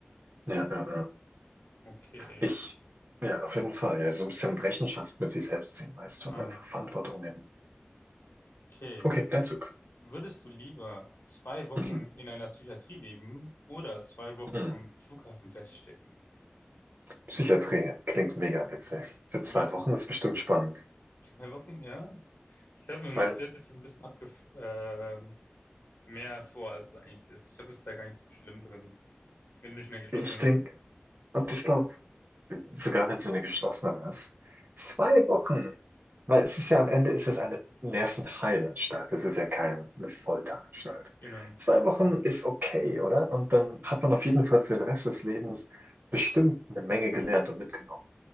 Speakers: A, on the right; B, on the left.
A: Ja, ja, ja.
B: Okay.
A: Ich, ja, auf jeden Fall. Ja, so ein bisschen Rechenschaft mit sich selbst ziehen, weißt du?
B: Ah,
A: Einfach Verantwortung nehmen.
B: okay.
A: Okay, dein Zug.
B: Würdest du lieber zwei Wochen
A: Mhm.
B: in einer Psychiatrie leben oder zwei Wochen
A: Mhm.
B: am Flughafen feststecken?
A: Psychiatrie klingt mega witzig. Für zwei
B: Wirklich?
A: Wochen ist bestimmt spannend.
B: Zwei Wochen, ja? Ich glaube, man
A: Weil
B: stellt sich das ein bisschen abge ähm, mehr vor, als es eigentlich ist. Ich glaube, es ist da gar nicht so schlimm drin, wenn du nicht in der geschlossenen
A: ich denke,
B: bist.
A: und ich glaube, sogar wenn es eine geschlossene ist, zwei Wochen. Weil es ist ja am Ende ist es eine Nervenheilanstalt. Es ist ja keine Folteranstalt.
B: Genau.
A: Zwei Wochen ist okay, oder? Und dann hat man auf jeden Fall für den Rest des Lebens bestimmt eine Menge gelernt und mitgenommen.